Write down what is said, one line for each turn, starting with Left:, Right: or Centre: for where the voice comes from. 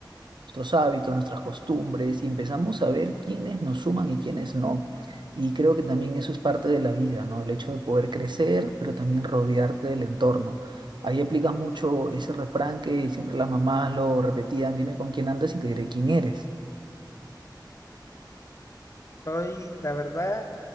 Right: nuestros hábitos, nuestras costumbres y empezamos a ver quiénes nos suman y quiénes no. Y creo que también eso es parte de la vida, ¿no? El hecho de poder crecer, pero también rodearte del entorno. Ahí aplica mucho ese refrán que siempre las mamás lo repetían, dime con quién andas y te diré quién eres.
Left: Hoy, la verdad,